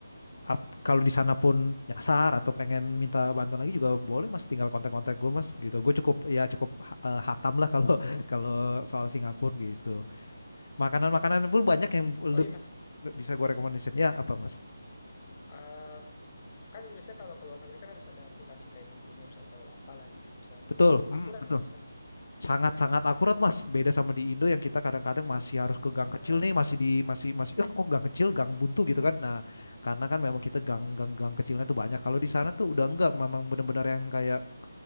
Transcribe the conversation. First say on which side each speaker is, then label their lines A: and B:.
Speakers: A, on the left; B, on the left.
A: ap- kalau di sana pun nyasar atau pengen minta bantuan lagi juga boleh Mas tinggal kontak-kontak gue Mas gitu. Gue cukup ya cukup ha- eh, hatam lah kalau <laughs> kalau soal Singapura gitu. Makanan-makanan pun banyak yang le-
B: Oh iya Mas,
A: le- bisa gue rekomendasiin. Ya, apa Mas?
B: Eh, Kan biasanya kalau ke luar negeri kan harus ada aplikasi kayak Google Maps atau apalah gitu misalnya.
A: Betul.
B: Itu
A: Hmm,
B: akurat
A: betul.
B: mas di sana mas?
A: sangat-sangat akurat mas beda sama di Indo yang kita kadang-kadang masih harus ke gang
B: Iya,
A: kecil nih masih di masih masih eh kok gang kecil gang buntu gitu kan nah karena kan memang kita gang gang gang kecilnya tuh banyak kalau di sana tuh udah enggak memang benar-benar yang kayak